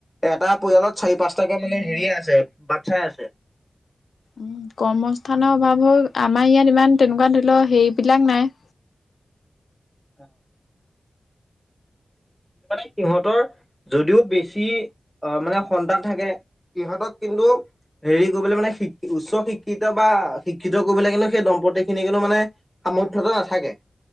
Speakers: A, in the centre; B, on the left.
A: এটা পৰিয়ালত- চাৰি পাঁচটাকৈ
B: উম
A: মানে হেৰীয়ে আছে বাচ্ছাই আছে।
B: উ কৰ্মস্থানৰ অভাৱত আমাৰ ইয়াত ইমান তেনেকুৱা ধৰি লও হেৰিবিলাক নাই।
A: <inaudible> মানে সিহঁতৰ যদিও বেছি আহ মানে সন্তান থাকে ইহঁতক কিন্তু হেৰি কৰিবলৈ মানে শিক-উচ্চ শিক্ষিত বা শিক্ষিত কৰিবলৈ কিন্তু সেই দম্পত্তি খিনি কিন্তু মানে সমৰ্থটো নাথাকে